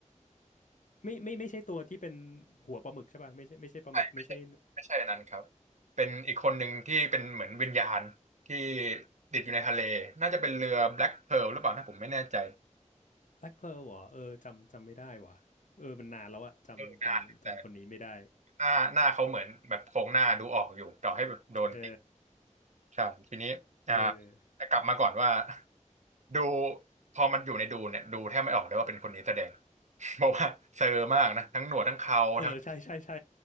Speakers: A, on the left; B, on the right.
A: ไม่ไม่ไม่ใช่ตัวที่เป็นหัวปลาหมึกใช่ป่ะไม่ใช่ไม่ใช่ปลาหมึกไม่ใช่
B: ใช่ไม่ใช่ไม่ใช่อันนั้นครับเป็นอีกคนหนึ่งที่เป็นเหมือนวิญญาณที่ติดอยู่ในทะเลน่าจะเป็นเรือ Black Pearl หรือเปล่านะผมไม่แน่ใจ
A: แบล็คเพิร์ลเหรอเออจำจำไม่ได้ว่ะเออมันนานแล้วอะจำจำจำคนนี้ไม่ได้
B: เออนาน หน้าหน้าเขาเหมือนแบบโครงหน้าดูออกอยู่ต่อให้แบบโดนติ
A: เออ
B: ใช่ทีนี้อ่า
A: เออ
B: แต่กลับมาก่อนว่า <laughs> ดูพอมันอยู่ในดูเนี่ยดูแทบไม่ออกเลยว่าเป็นคนนี้แสดง <laughs> เพราะว่าเซอร์มากนะทั้งหนวดทั้งเขาทั้ง
A: เออใช่ใช่ใช่